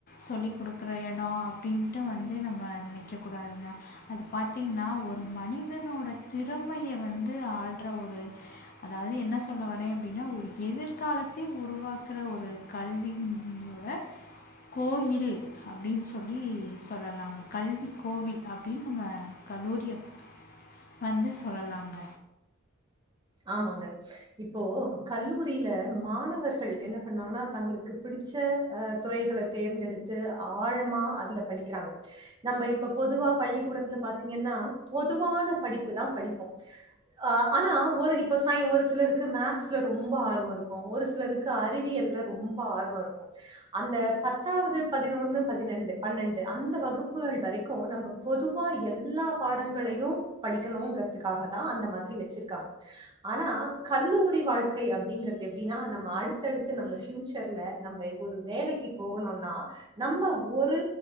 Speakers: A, on the left; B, on the right.
A: சொல்லிக் குடுக்கற எடோ அப்டின்ட்டு வந்து நம் ம்ம நனைக்க கூடாதுங்க அது பாத்தீங்கன்னா ஒரு மனிதனோட திறமைய வந்து ஆள்ற ஒரு அதாவது என்ன சொல்ல வரே அப்டின்னா ஒரு எதிர்காலத்தில் உருவாக்குற ஒரு கல்வியோட கோயில் அப்டின்னு சொல்லி சொல்லலாங்க கல்வி கோவில் அப்டின்னு நம்ம கல்லூரியை வந்து சொல்லலாங்க
B: ஆமாங்க இப்போ கல்லூரியில மாணவர்கள் என்ன பண்ணாங்கன்னா தங்களுக்கு பிடிச்ச அ துறைகள தேர்ந்தெடுத்து ஆழமா அதுல படிக்கிறாங்க நம்ம இப்ப பொதுவா பள்ளிக்கூடத்துல பாத்தீங்கன்னா பொதுவான படிப்புதா படிப்போ ஆ ஆனா ஒரு இப்போ சாய ஒரு சிலருக்கு மேக்ஸ்ல ரொம்ப ஆர்வோ இருக்கு ஒரு சிலருக்கு அறிவியல்ல ரொம்ப ஆர்வோ இருக்கு அந்த பத்தாவது பதினொன்னு பதினெண்டு பன்னெண்டு அந்த வகுப்புகள் வரைக்கு நம்ம பொதுவா எல்லா பாடங்களையு படிக்கணுங்கிறதுக்காகதா அந்த மாதிரி வச்சுருக்காங்க ஆனா கல்லூரி வாழ்க்கை அப்டிங்குரது எப்டின்னா நம்ம அடுத்தடுத்து நம்ம ஃப்யூச்சர்ல நம்ம ஒரு வேலைக்கு போகணும்னா நம்ம ஒரு